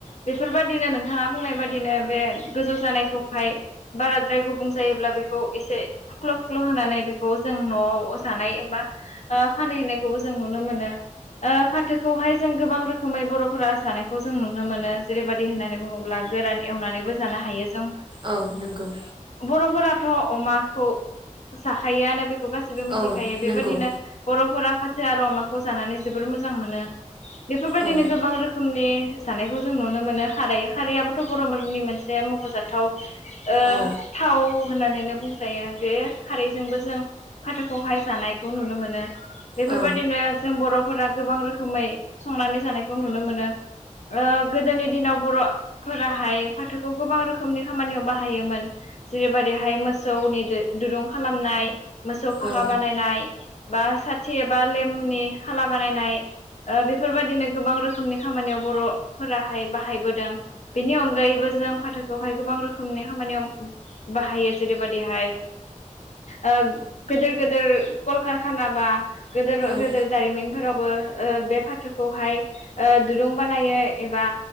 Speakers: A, on the left; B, on the right.
A: बेफोरबायदिनो नोंथाङा बुंनाय बायदिनो बे गोजौ जानायखौहाय बारा <unintelligible> गुबुं जायोब्ला बेखौ एसे फुख्ल' फुख्ल' होनानै बेखौ जों न'आव जानाय एबा ओ फानहैनायखौबो जों नुनो मोनो ओ फाथोखौहाय जों गोबां रोखोम खोमै बर'फोरा जानायखौ जों नुनो मोनो जेरैबादि होननानै बुङोब्ला गोरान एवनानैबो जानो हायो जों
B: औ नंगौ‌।
A: न'फोराथ' अमाखौ जाखायोआनो बे खौ गासैबो मोनथिखायो
B: औ
A: बेबायदिनो
B: नंगौ
A: बर'फोरा फाथो आरो अमाखौ जानानै जोबोर मोजां मोनो। बेफोरबायदिनो
B: औ
A: गोबां रोखोमनि जानायखौ जों नुनो मोनो खारै खारैयाबोथ' बर'मनि मोनसे मख'जाथाव ओ
B: औ
A: औ होननानैनो बुंजायो बे खारैजोंबो जों फाथोखौहाय जानायखौ नुनो मोनो। बेफोरबायदिनो
B: औ
A: जों बर'फोरा गोबां रोखोमै संनानै जानायखौ नुनो मोनो। ओ गोदोनि दिनाव बर' फोराहाय फाथोखौ गोबां रोखोमनि खामानियाव बाहायोमोन। जेरैबायदिहाय मोसौनि <unintelligible> दुरुं खालामनाय मोसौ फाखा
B: औ
A: बानायनाय बा साथि एबा लेमनि खाला बानायनाय। ओ बेफोरबायदिनो गोबां रोखोमनि खामानियाव बर'फोराहाय बाहायबोदों। बेनि अनगायैबो जों फाथोखौहाय गोबां रोखोमनि खामानियाव बाहायो जेरैबादिहाय ओ गोदोर गो दोर कलकारखाना बा गोदोर गोदोर
B: औ
A: दारिमिनफोरावबो ओ बे फा थोखौहाय ओ दुरुं बानायो एबा